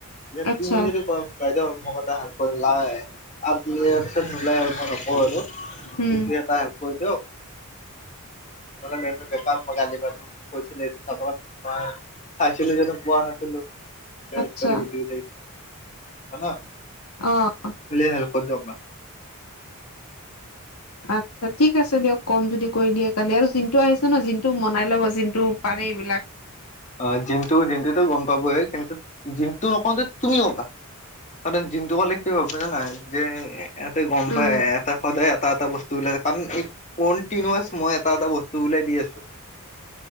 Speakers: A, on the left; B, on the left.
A: এ
B: আচ্ছা
A: তুমি যদি কম বাইদেউ মোক এটা হেল্প কৰিলাই আৰু নোলাই আৰু মই নকওঁ আৰু
B: উম,
A: এই খিনি এটা হেল্প কৰি দিয়ক। নহ'লে মেমে বেপাৰ কৰে, আজিকালি হিচাপত তোমাৰ খাইছিলো জানো চোৱা নাছিলো
B: আচ্ছা
A: খা ন'।
B: অহ।
A: বুলি হেলপ কৰি দিয়ক না
B: আতছা ঠিক আছে দিয়ক, ক'ম যদি কৰি দিয়ে। কালি আৰু জিন্টু আহিছে ন' জিন্ট মনাই ল'ব পাৰে এইবিলাক।
A: অ' জিন্টু গ'ম পাবয়ে কিন্তু জিন্টু নকওঁতে তুমি গম পা কাৰণ তাত জিন্তু কলে কি হব গ'ম পাইছানে নাই? যে ইহঁতে গম
B: উম,
A: পাই এটা সদায় এটা এটা বস্তু ওলাইছে কাৰণ এ কনটিনাছ মই এটা এটা বস্তু উলা এ দি আছো।